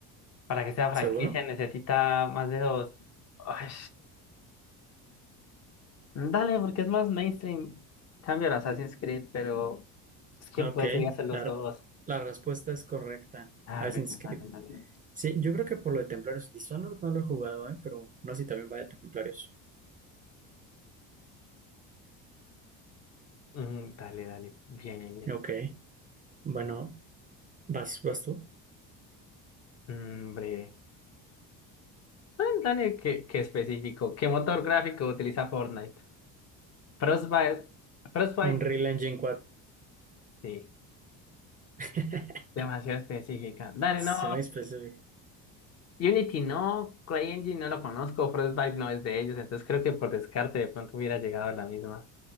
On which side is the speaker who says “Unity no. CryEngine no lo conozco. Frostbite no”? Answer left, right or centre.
Left